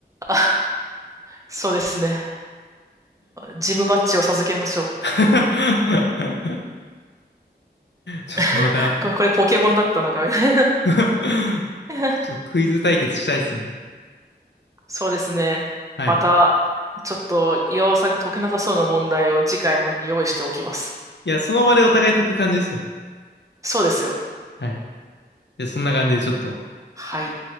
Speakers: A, on the right; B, on the left.
A: <laughs> そうですね。ジムバッジを授けましょう。
B: <laughs> ちょっとまた
A: <laughs> これ、これポケモンだったのかみたいな。
B: <laughs> ち
A: <laughs>
B: ょっとクイズ対決したいっすね。
A: いえそうですね。
B: はい。
A: また、ちょっと岩尾さんに解けなさそうな問題を次回までに用意しておきます。
B: いや、その場でお互い解く感じですよ。
A: そうですよ。
B: はい。で、そんな感じでちょっと。
A: はい。